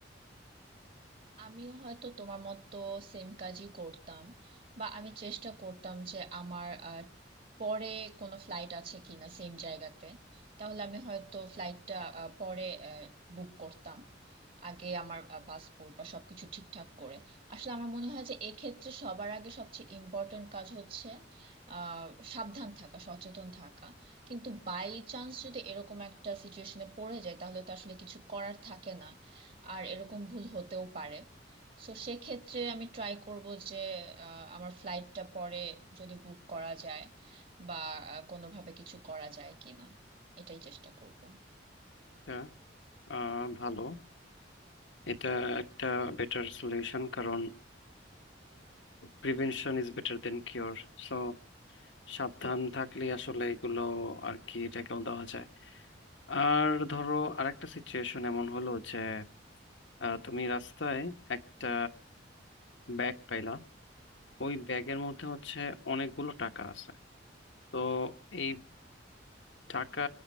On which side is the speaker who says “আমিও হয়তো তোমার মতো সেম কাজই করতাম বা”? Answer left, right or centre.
Right